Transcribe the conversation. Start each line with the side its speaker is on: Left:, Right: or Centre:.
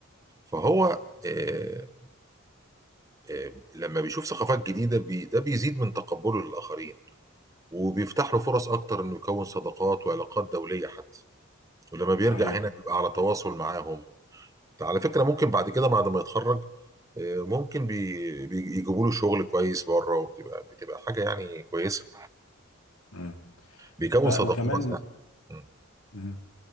Right: فهو آه، آه، لما بيشوف ثقافات جديدة بي ده بيزيد من تقبله للآخرين وبيفتح له فرص أكتر إنه يكون صداقات وعلاقات دولية حتى ولما بيرجع
Left: صحيح
Right: هنا بيبقى على تواصل معاهم على فكرة ممكن بعد كده بعد ما يتخرج آه، ممكن بي بي- يجيبوا له شغل كويس بره وبتبقى بتبقى حاجة يعني كويسة
Left: مم.
Right: بيكون
Left: بقى
Right: صداقات
Left: وكمان
Right: يعني. مم.
Left: مم.